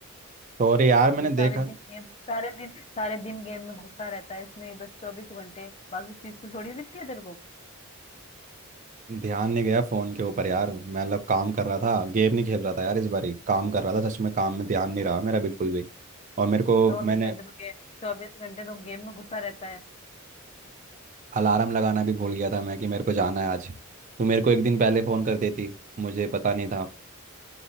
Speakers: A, on the right (about 35°); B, on the left (about 30°).
A: सॉरी यार मैंने
B: ये सारे
A: देखा
B: दिन गेम सारे दिन सारे दिन गेम में घुसा रहता है इसमें ही बस चौबीस घंटे बाकी चीज तो थोड़ी दिखती है तेरे को
A: ध्यान नहीं गया फोन के ऊपर यार मैं मतलब काम कर रहा था गेम नहीं खेल रहा था यार इस बारी काम कर रहा था सच में काम में ध्यान नहीं रहा मेरा बिल्कुल भी और मेरे को
B: चौबीस
A: मैंने
B: घंटे तो गे, चौबीस घंटे तो गेम में घुसा रहता है
A: अलार्म लगाना भी भूल गया था मैं कि मेरे को जाना है आज तू मेरे को एक दिन पहले फ़ोन कर देती मुझे पता नहीं था